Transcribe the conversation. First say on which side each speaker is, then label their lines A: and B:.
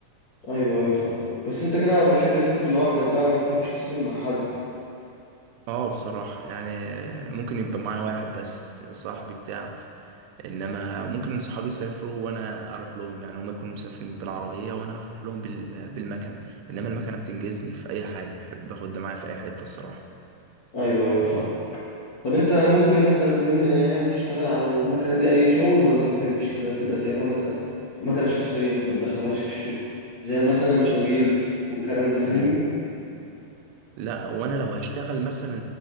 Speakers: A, on the left; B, on the right.
A: ايوه ايوه فاهم بس انت كده بتحب تسافر لوحدك بقى ما بتحبش تسافر مع حد
B: اه بصراحه يعني ممكن يبقى معايا واحد بس صاحبي بتاع انما ممكن صحابي يسافروا وانا اروح لهم يعني هم يكونوا مسافرين بالعربيه وانا هروح لهم بال... بالمكنه انما المكنه بتنجزني في اي حاجه بحب اخدها معايا في اي حته الصراحه
A: ايوه ايوه فاهم طب انت ممكن مثلا في يوم من الايام تشتغل على المكنه دي اي شغل ولا ما تحبش كده تبقى سايبها مثلا مكنه شخصيه ما تدخلهاش في الشغل زي مثلا مشاوير والكلام ده فاهمني
B: امم لا وانا لو هشتغل مثلا